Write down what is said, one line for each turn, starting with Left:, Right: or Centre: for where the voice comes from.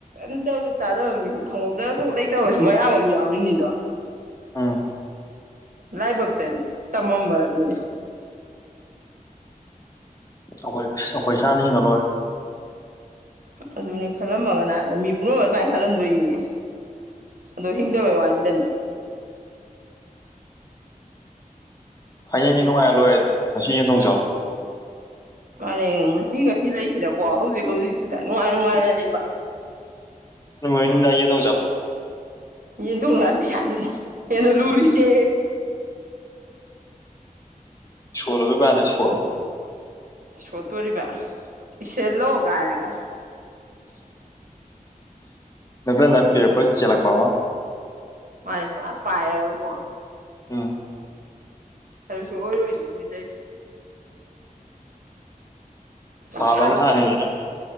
Right: ꯀꯩꯝꯇ ꯆꯥꯗꯕ ꯃꯤꯁꯨ ꯈꯪꯍꯧꯗꯅ ꯊꯣꯛ ꯂꯩꯇꯕꯁꯨ ꯃꯌꯥꯝ ꯑꯃ ꯌꯥꯎꯔꯤꯅꯤꯗꯣ
Left: ꯎꯝ
Right: ꯂꯥꯏꯕꯣꯛ ꯇ ꯇꯃꯝꯕ ꯑꯗꯨꯅꯤ
Left: ꯑꯩꯈꯣꯏ ꯑꯩꯈꯣꯏ ꯏꯁꯥꯅ ꯍꯤꯡꯉꯂꯣꯏꯔꯦ
Right: ꯑꯗꯨꯅꯦ ꯈꯜꯂꯝꯃꯒꯅꯥ ꯃꯤ ꯄꯨꯔꯃ ꯑꯗꯨꯃꯥꯏꯅ ꯈꯜꯂꯝꯗꯣꯏꯅꯤꯅꯦ ꯑꯗꯣ ꯍꯤꯡꯗꯕꯩ ꯋꯥꯂꯤꯗꯅꯤ
Left: ꯍꯌꯦꯡꯒꯤ ꯅꯨꯡꯉꯥꯏꯔ ꯂꯣꯏꯔꯦ ꯉꯁꯤ ꯌꯦꯟ ꯊꯣꯡꯆꯥꯎ
Right: ꯃꯥꯅꯦ ꯉꯁꯤ ꯉꯁꯤ ꯂꯩꯁꯤꯗꯀꯣ ꯍꯧꯖꯤꯛ ꯍꯧꯖꯤꯛꯁꯤꯗ ꯅꯨꯡꯉꯥꯏ ꯅꯨꯡꯉꯥꯏꯅ ꯂꯩꯕ
Left: ꯃꯣꯏꯍꯤꯅ ꯃꯤ ꯂꯏ ꯅ ꯆꯥꯊꯣ
Right: ꯌꯦꯟ ꯇꯣꯡꯂꯕꯤ ꯁꯥꯥꯗꯨꯅꯤ ꯑꯦꯅ ꯂꯨꯔꯤꯁꯦ
Left: ꯁꯣꯂꯣꯗꯨꯀꯥꯟ ꯁꯣꯂꯣ
Right: ꯁꯣꯠꯇꯣꯔꯤꯕ ꯏꯁꯁꯦꯂꯣꯒ ꯍꯥꯢꯔꯒ
Left: ꯅꯠꯇꯄꯁ ꯆꯂ ꯄꯃ
Right: ꯃꯥꯅꯤ ꯄ ꯄꯥꯏꯔꯒꯀꯣ
Left: ꯎꯝ
Right: ꯑꯗꯨꯁꯨ ꯑꯣꯏꯔꯣꯏꯅꯦ ꯃꯣꯏꯗꯁꯦ <inaudible>
Left: ꯐꯥꯕꯅ
Right: ꯁꯥꯏ
Left: ꯊꯅꯤꯅ
Right: ꯁꯥꯏ